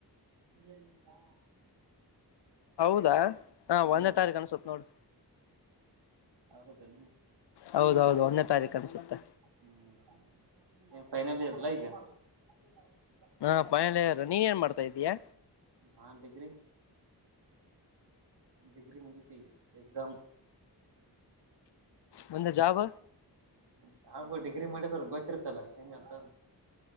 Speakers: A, on the right (about 85°); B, on the left (about 80°).
A: <unintelligible>
B: ಹೌದಾ ಹಾ
A: ಹ್ಮ್
B: ಒಂದೇ ತಾರೀಕು ಅನ್ಸತ್ ನೋಡ್
A: ಹೌದೇನು.
B: ಹೌದೌದು ಒಂದೇ ತಾರೀಕು ಅನಸುತ್ತೆ.
A: ಹ್ಮ್ ಏನ್ ಫೈನಲ್ ಇಯರ್ ಅಲ್ಲ ಈಗ. <unintelligible>
B: ಹಾ ಫೈನಲ್ <unintelligible> ನೀನ್ ಏನ್ ಮಾಡ್ತಾ ಇದಿಯಾ.
A: ನಾನ್ ಡಿಗ್ರಿ. ಡಿಗ್ರಿ ಮುಗಿತಿಗ್ ಎಕ್ಸಾಮ್.
B: ಮುಂದೆ ಜಾಬ್.
A: <unintelligible> ಡಿಗ್ರಿ ಮಾಡಿದ್ರ ಗೊತ್ತಿರ್ತಲ್ಲ ಹೆಂಗ ಅಂತ.